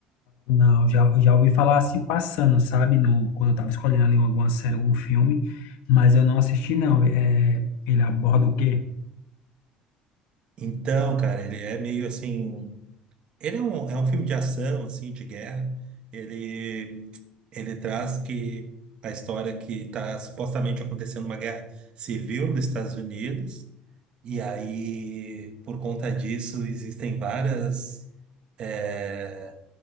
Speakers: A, on the left (about 85°); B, on the right (about 35°).
A: Não, já, já ouvi falar assim passando, sabe? No, quando eu tava escolhendo ali alguma série, algum filme, mas eu não assisti, não. É, ele aborda o quê?
B: Então, cara, ele é meio assim. Ele é um, é um filme de ação, assim, de guerra. Ele, ele traz que a história que está supostamente acontecendo uma guerra civil nos Estados Unidos. E aí, por conta disso, existem várias. eh,